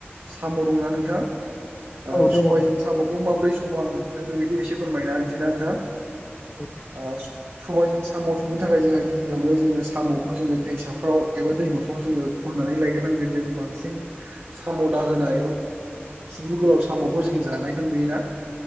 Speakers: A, on the right; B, on the left.
A: साम' दंना नोंथां
B: औ
A: ओ
B: औ दङ
A: सबायजों
B: दङ
A: साम'खौ माबोरै संबाव आं नोंथांनो बेखौ एसे फोरमायना होनसैना नोंथां
B: <inaudible>
A: आ स सबायजों साम' संनो थाखाय जोंहा गिबियावनो जोङो साम'खौ जोङो दैसाफ्राव एबा दैमाफ्राव जोङो खननानै लायग्रोनांगोन जों बांसिन साम'दा होनाय एबा किबु गोलाव साम'खौ जों जानायखौ नुयोना